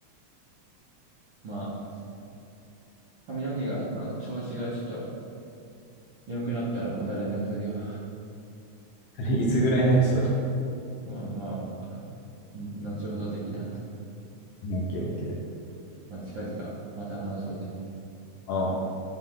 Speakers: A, on the right; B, on the left.
A: まあ、髪の毛が、の調子がちょっと良くなったらまた連絡するよ。
B: あれいつぐらいになりそう <laughs>
A: まあまあまあ、後ほど的な。
B: オッケーオッケー。
A: まあ、近々また話そうぜ。
B: ああ。